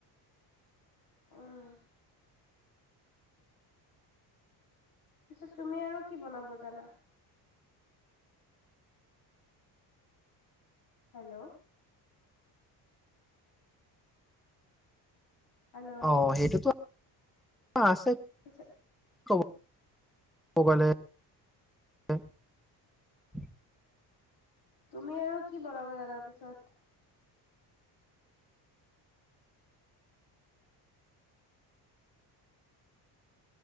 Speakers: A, on the left; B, in the centre.
A: উম, পিছত তুমি আৰু কি বনাব জানা? হেল্ল' হেল্ল'
B: অ' সেইটোতো অ' আছে
A: পিছত
B: <unintelligible> ক'ব গ'লে <unintelligible>
A: তুমি আৰু কি বনাব জানা পিছত?